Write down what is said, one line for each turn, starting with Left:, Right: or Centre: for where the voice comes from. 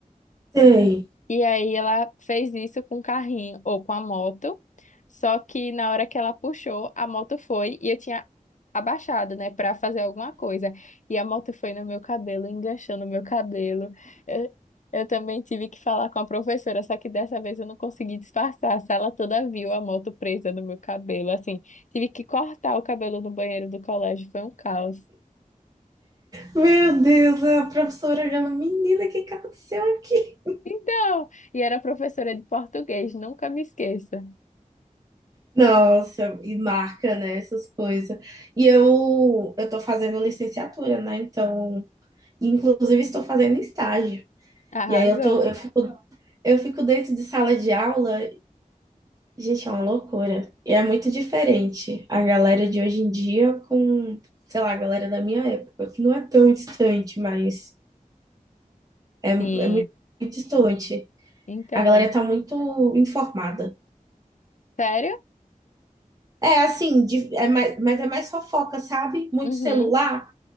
Right: Sei.
Left: E aí ela fez isso com o carrinho ou com a moto. Só que na hora que ela puxou, a moto foi e eu tinha abaixado, né, para fazer alguma coisa. E a moto foi no meu cabelo, enganchou no meu cabelo. Eu, eu também tive que falar com a professora, só que dessa vez eu não consegui disfarçar. A sala toda viu a moto presa no meu cabelo, assim. Tive que cortar o cabelo no banheiro do colégio, foi um caos.
Right: Meu Deus, a professora olhando, menina, o que que aconteceu aqui?
Left: Então, e era professora de português, nunca me esqueça.
Right: Nossa, e marca, né, essas coisas. E eu, eu tô fazendo licenciatura, né? Então, inclusive estou fazendo estágio.
Left: Arrasou.
Right: E aí eu tô, eu fico, eu fico dentro de sala de aula Gente, é uma loucura. E é muito diferente a galera de hoje em dia com, sei lá, a galera da minha época, que não é tão distante, mas é, é
Left: Sim.
Right: muito, muito distante.
Left: Então,
Right: A galera tá muito informada.
Left: sério?
Right: É assim, de- é mais, mas é mais fofoca, sabe? Muito
Left: Uhum.
Right: celular